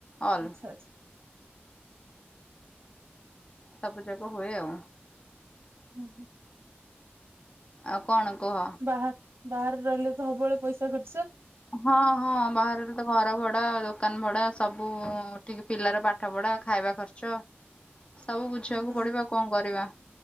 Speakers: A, on the left; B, on the right.
A: ଅଲ୍।
B: ଆଚ୍ଛା ଆଚ୍ଛା
A: ସବୁ ଯାକ ହୁଏ ଆଉ।
B: ହୁଁ, ହୁଁ।
A: ଆଉ କଣ କୁହ?
B: ବାହାର୍ ବାହାରେ ରହିଲେ ତ ସବୁବେଳେ ପଇସା ଖ
A: ହଁ, ହଁ, ବାହାରେ ତ ଘର ଭଡା ଦୋକାନ ଭଡା, ସବୁଠିକ ପିଲାର ପାଠ ପଢା, ଖାଇବା ଖର୍ଚ୍ଚ। ସବୁ ବୁଝିବାକୁ
B: ହୁଁ।
A: ପଡିବ ଆଉ କ'ଣ କରିବା।